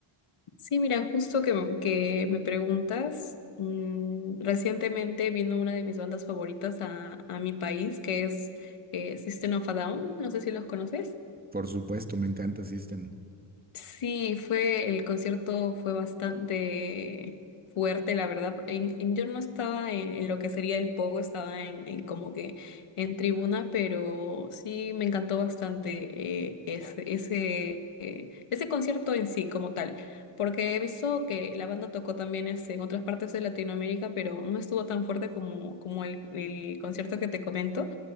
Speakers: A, on the left (about 85°); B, on the right (about 20°).
A: Sí, mira, justo que, que me preguntas, mm, recientemente vino una de mis bandas favoritas a, a mi país, que es eh, System of a Down, no sé si los conoces.
B: Por supuesto, me encanta System.
A: Sí, fue, el concierto fue bastante fuerte, la verdad. En- en- yo no estaba en, en lo que sería el pogo, estaba en, en como que en tribuna, pero sí me encantó bastante eh, ese, ese, eh, ese concierto en sí como tal, porque he visto que la banda tocó también este, en otras partes de Latinoamérica, pero no estuvo tan fuerte como, como el, el concierto que te comento,